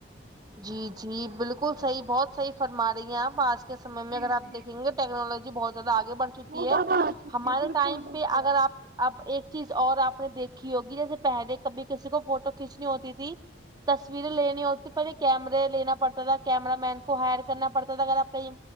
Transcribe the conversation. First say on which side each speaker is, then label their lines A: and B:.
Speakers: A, on the right (about 20°); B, on the right (about 50°).
A: جی جی بالکل صحیح بہت صحیح فرما رہی ہیں آپ آج کے سمے میں
B: جی
A: اگر آپ
B: جی
A: دیکھیں گے تو ٹیکنالوجی بہت زیادہ آگے بڑھ چکی
B: بہت
A: ہے
B: زیادہ آ چکے
A: ہمارے
B: بالکل
A: ٹائم
B: بالکل
A: پہ اگر آپ اب ایک چیز اور آپ نے دیکھی ہوگی جیسے پہلے کبھی کسی کو فوٹو کھینچنی ہوتی تھی تصویریں لینی ہو سب سے پہلے کیمرے لینا پڑتا تھا کیمرہ مین کو ہائر کرنا پڑتا تھا اگر آپ کہیں